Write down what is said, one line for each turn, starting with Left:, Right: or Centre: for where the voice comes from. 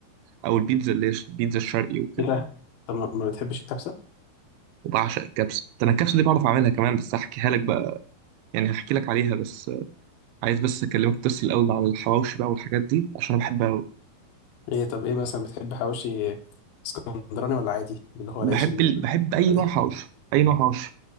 Right: او البيتزا اللي هي البيتزا الشرقي وكده
Left: ايه ده طب ما ما بتحبش الكبسه
Right: وبعشق الكبسه ده انا الكبسه دي بعرف اعملها كمان بس هحكيها لك بقى يعني هحكي لك عليها بس عايز بس اكلمك بس الاول على الحواوشي بقى والحاجات دي عشان انا بحبها قوي
Left: ايه طب ايه مثلا بتحب حواوشي اسكندراني ولا عادي اللي هو
Right: بحب
Left: العيش ال...
Right: ال... بحب اي
Left: <laughs>
Right: نوع حواوشي اي نوع حواوشي